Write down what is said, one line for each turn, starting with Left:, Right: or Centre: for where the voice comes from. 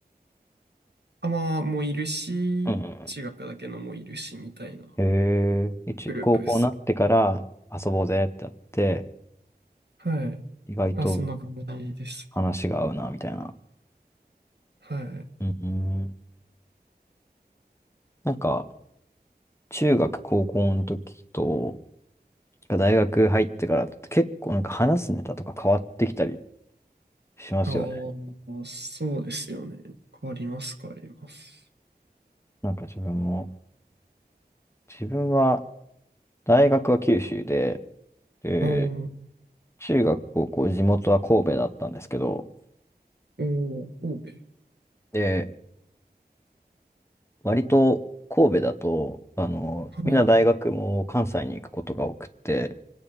Right: あ、まあ、もういるし、
Left: うんうん
Right: 中学だけのもいるし、みたいな。
Left: うん。へえ、一、
Right: グループです。
Left: 高校になってから遊ぼうぜってやって、
Right: はい。
Left: 意外と
Right: まあ、そんな感じです。
Left: 話が合うな、みたいな。
Right: はい。
Left: うんうん。なんか、中学、高校の時と、大学入ってからだと結構なんか話すネタとか変わってきたりしますよね。
Right: ああ、そうですよね。変わります、変わります。
Left: なんか自分も、自分は大学は九州で、で、
Right: ああ、お
Left: 中学、高校、地元は神戸だったんですけど、
Right: お、神戸。
Left: で、割と神戸だと、あの、
Right: はい。
Left: みんな大学も関西に行くことが多くて、